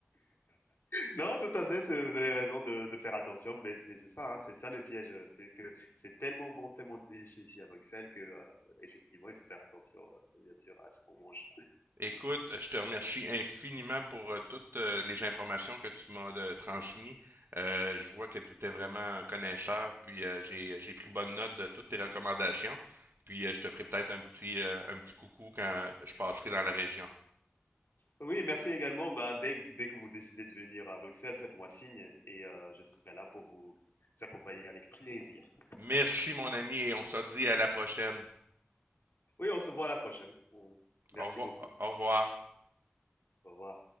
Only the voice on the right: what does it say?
Écoute, je te remercie infiniment pour euh, toutes euh, les informations que tu m'as euh, transmises. Euh, je vois que tu étais vraiment un connaisseur, puis euh, j'ai j'ai pris bonne note de toutes tes recommandations. Puis euh, je te ferai peut-être un petit euh, un petit coucou quand je passerai dans la région.
Merci, mon ami, et on se dit à la prochaine.
Au revoir.
Au revoir.